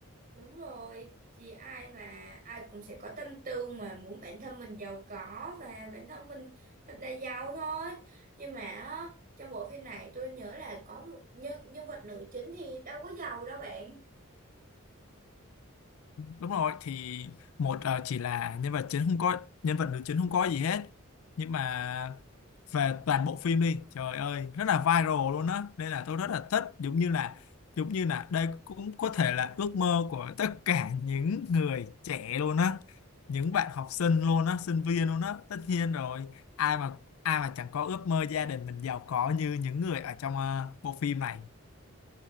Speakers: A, on the right; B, on the left.
A: Đúng rồi, thì ai mà ai cũng sẽ có tâm tư mà muốn bản thân mình giàu có và bản thân mình thật là giàu thôi. Nhưng mà á, trong bộ phim này tôi nhớ là có một nhân nhân vật nữ chính thì đâu có giàu đâu bạn.
B: đúng rồi thì một ờ, chỉ là nhân vật chính không có nhân vật nữ chính không có gì hết nhưng mà về toàn bộ phim đi trời ơi rất là viral luôn á nên là tôi rất là thích giống như là giống như là đây cũng có thể là ước mơ của tất cả những người trẻ luôn á những bạn học sinh luôn á sinh viên luôn á tất nhiên rồi ai mà ai mà chẳng có ước mơ gia đình mình giàu có như những người ở trong ờ, bộ phim này